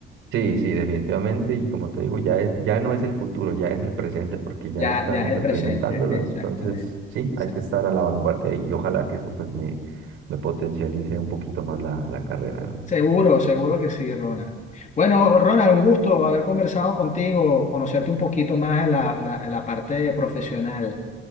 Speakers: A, on the right; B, on the left.
A: Sí, sí, definitivamente. Y como te digo, ya es, ya no es el futuro, ya es el presente, porque ya
B: Ya,
A: estamos
B: ya es el
A: implementándolo.
B: presente, exactamente.
A: Entonces, sí,
B: sí.
A: hay que estar a la vanguardia y ojalá que eso pues me, me potencialice un poquito más la, la carrera, ¿no?
B: Seguro, seguro que sí, Ronald. Bueno, Ronald, un gusto haber conversado contigo, conocerte un poquito más en la, la, en la parte profesional.